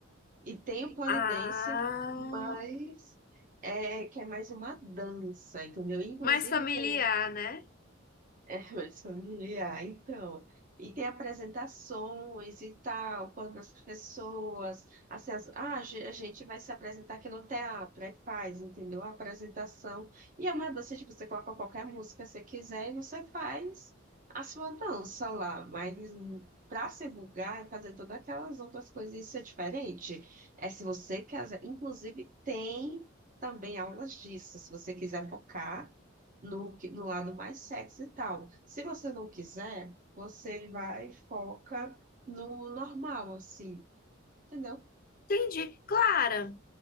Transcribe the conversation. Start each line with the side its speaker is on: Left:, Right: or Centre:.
Right: e tem o polidense
Left: Ah,
Right: mais é, que é mais uma dança, entendeu? Inclusive
Left: mais familiar,
Right: tem
Left: né?
Right: é, <laughs> mas familiar, então. E tem apresentações e tal, quando as pessoas. Assim, as- ah, ge- a gente vai se apresentar aqui no teatro, aí faz, entendeu? A apresentação. E é uma dança, tipo, você coloca qualquer música que você quiser e você faz a sua dança lá. Mas para se vulgar, é fazer todas aquelas outras coisas, isso é diferente. É se você quiser. Inclusive, tem também aulas disso, se você quiser focar no, que- no lado mais sexy e tal. Se você não quiser, você vai e foca no normal, assim, entendeu?
Left: Entendi. Clara,